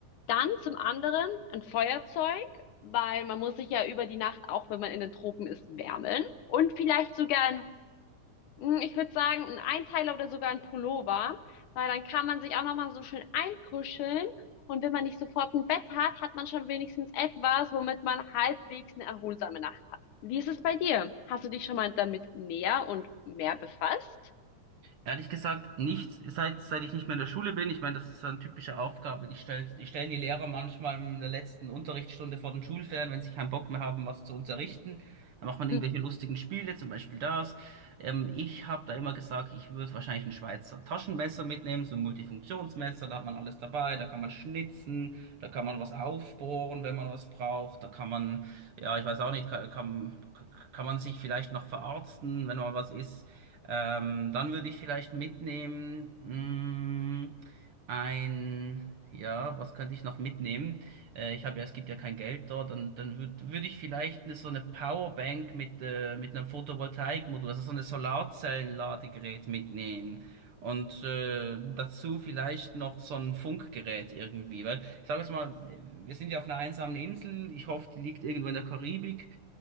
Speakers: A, on the left; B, on the right.
A: Dann zum anderen ein Feuerzeug, weil man muss sich ja über die Nacht, auch wenn man in den Tropen ist, wärmen. Und vielleicht sogar ein, hm, ich würde sagen, ein Einteiler oder sogar ein Pullover, weil dann kann man sich auch nochmal so schön einkuscheln. Und wenn man nicht sofort ein Bett hat, hat man schon wenigstens etwas, womit man halbwegs eine erholsame Nacht hat. Wie ist es bei dir? Hast du dich schon mal damit näher und mehr befasst?
B: Ehrlich gesagt, nicht, seit, seit ich nicht mehr in der Schule bin. Ich meine, das ist so eine typische Aufgabe. Die stellen, die stellen die Lehrer manchmal in der letzten Unterrichtsstunde vor den Schulferien, wenn sie keinen Bock mehr haben, was zu unterrichten. Dann macht man irgendwelche
A: Hm,
B: lustigen Spiele, zum Beispiel das. Ähm, ich habe da immer gesagt, ich würde wahrscheinlich ein Schweizer Taschenmesser mitnehmen, so ein Multifunktionsmesser, da hat man alles dabei, da kann man schnitzen, da kann man was aufbohren, wenn man was braucht, da kann man, ja, ich weiß auch nicht, kann, kann, kann man sich vielleicht noch verarzten, wenn mal was ist. Ähm, dann würde ich vielleicht mitnehmen, mh, ein, ja, was könnte ich noch mitnehmen? Äh, ich habe ja, es gibt ja kein Geld dort, dann, dann würde würd ich vielleicht eine, so eine Powerbank mit, äh, mit einem Photovoltaikmodul, also so eine Solarzellenladegerät mitnehmen. Und äh, dazu vielleicht noch so ein Funkgerät irgendwie, weil ich sage jetzt mal, wir sind ja auf einer einsamen Insel, ich hoffe, die liegt irgendwo in der Karibik.